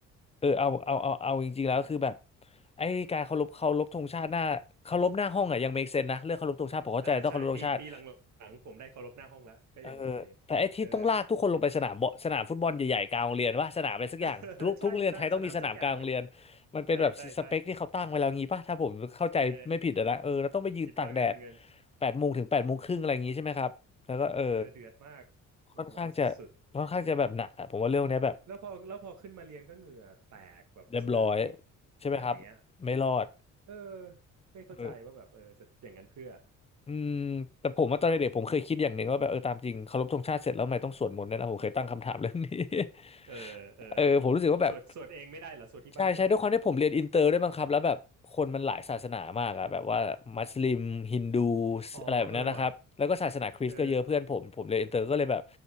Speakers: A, on the left (about 20°); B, on the right (about 70°).
A: เออเอาเอาเอาเอาจริงๆแล้วคือแบบไอ้การเคารพเคารพธงชาติหน้าเคารพหน้าห้องอ่ะยัง make sense นะเรื่องเคารพธงชาติผมเข้าใจต้องเคารพธงชาติ
B: อ่าใช่ปีปีหลังๆผมได้เคารพหน้าห้องแล้วก็ยังโอเค
A: เออแต่ไอ้ที่ต้องลากทุกคนลงไปสนามบอสนามฟุตบอลใหญ่ๆกลางโรงเรียนว่าสนามอะไรสักอย่างทุกทุกโรงเรียนไทยต้องมีสนามกลางโรงเรียน
B: เออ <laughs> ใช่ใช่สนามสักอย่างอ่ะ
A: มันเป็นแบบสเปคที่เขาตั้งไว้แล้วงี้ป่ะถ้าผมเข้าใจไม่ผิดอะนะเออแล้วต้องไปยืนตากแดด
B: ใช่ใช่ใช่เออ คิดว่างั้นเงิน
A: แปดโมงถึงแปดโมงครึ่งอะไรอย่างงี้ใช่ไหมครับแล้วก็เออ
B: เออเดือดมากโหร้อนสุด
A: ค่อนข้างจะค่อนข้างจะแบบหนักอะผมว่าเรื่องเนี้ยแบบ
B: ๆแล้วพอแล้วพอขึ้นมาเรียนก็เหงื่อแตกแบบเสื้อก็เปียก
A: เรียบร้อยใช่ไหมครับไม่รอด
B: อย่างเงี้ยเออไม่เข้าใจว่าแบบเออจะอย่างนั้นเพื่อ
A: เออ อืมแต่ผมว่าตอนเด็กๆผมเคยคิดอย่างหนึ่งว่าแบบเออตามจริงเคารพธงชาติเสร็จแล้วทำไมต้องสวดมนต์ด้วยนะผมเคยตั้งคำถามเรื่องนี้
B: <laughs>
A: <laughs>
B: เออเออ
A: เออผมรู้สึกว่าแบบ
B: สวดสวดเองไม่ได้เหรอสวดที่บ้านไม่ได้เหรอ
A: ใช่ใช่ด้วยความที่ผมเรียนอินเตอร์ด้วยมั้งครับแล้วแบบคนมันหลายศาสนามากอะแบบว่ามัสลิมฮินดู
B: อ๋อเออว่ะ
A: อะไรแบบนั้นนะครับแล้วก็ศาสนาคริสต์ก็เยอะเพื่อนผมผมเรียนอินเตอร์ก็เลยแบบ
B: เออ